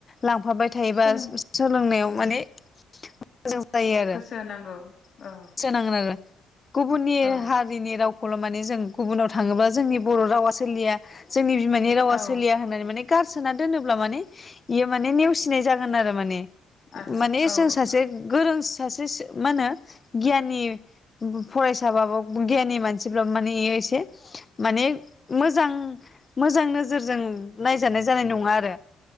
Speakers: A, on the left; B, on the left.
A: लांफाबाय थायोबा
B: सोलों
A: सोलोंनायाव
B: ओ
A: माने मोजां जायो आरो
B: गोसो होनांगौ औ
A: सोनांगोन आरो गुबुननि
B: औ
A: हारिनि राव खौल' माने जों गुबुनाव थाङोबा जोंनि बर' रावा सोलिया। जोंनि बिमानि रावा
B: औ
A: सोलिया होननानै माने गारस सोना दोनोब्ला माने इयो माने नेवसिनाय जागोन आरो माने
B: आरो
A: माने
B: औ
A: जों सासे गोरोंस सासेस मा होनो? गियानि बो-बो फरायसाबाबो बो गियानि मानसिफ्राबो माने इयो एसे माने मोजां मोजां नोजोरजों नायजानाय जानाय नङा आरो।